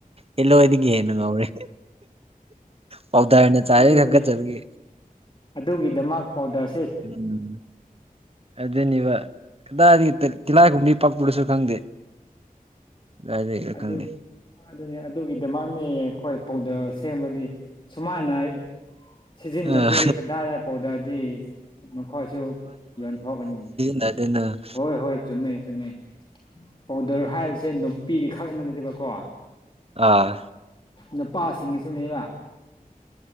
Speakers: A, on the right; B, on the left.
A: ꯍꯤꯂꯣꯏꯗꯒꯤ ꯍꯦꯟꯅ ꯉꯥꯎꯔꯦ ꯄꯥꯎꯗꯔꯅ ꯆꯥꯏꯔꯦ
B: ꯑꯗꯨꯅꯤ
A: ꯍꯥꯀꯠꯆꯕꯒꯤ
B: ꯑꯗꯨꯒꯤꯗꯃꯛ ꯄꯥꯎꯗꯔ
A: ꯎꯝ ꯑꯗꯨꯅꯦꯕ ꯀꯗꯥꯏꯗꯒꯤ ꯇꯤꯂꯥꯏ ꯈꯨꯝꯕꯤ ꯄꯛꯄꯥꯔꯁꯨ ꯈꯪꯗꯦ ꯀꯗꯥꯏꯗꯒꯤꯔ
B: ꯑꯗꯨꯝ
A: ꯈꯪꯗꯦ
B: ꯑꯗꯨꯅꯦ ꯑꯗꯨꯒꯤꯗꯃꯛꯅꯦ ꯑꯩꯈꯣꯏ ꯄꯥꯎꯗꯔ ꯁꯦꯝꯕꯗꯤ ꯁꯨꯃꯥꯏꯅ ꯁꯤꯖꯤꯟꯗꯗ꯭ꯔꯤ
A: ꯑ
B: ꯀꯗꯥꯏꯗꯏ ꯄꯥꯎꯗꯔꯗꯤ ꯃꯈꯣꯏꯁꯨ ꯌꯣꯟꯊꯣꯛꯀꯅꯤ
A: ꯅꯥꯗꯦꯅꯥ
B: ꯍꯣꯏ ꯍꯣꯏ ꯆꯨꯝꯃꯦ ꯆꯨꯝꯃꯦ ꯄꯥꯎꯗꯔ ꯍꯥꯏꯕꯁꯦ ꯅꯨꯄꯤꯒꯤ ꯈꯛ ꯅꯠꯇꯦꯕꯥꯀꯣ
A: ꯑꯥ
B: ꯅꯨꯄꯥꯁꯤꯡꯒꯤꯁꯨꯅꯦꯕ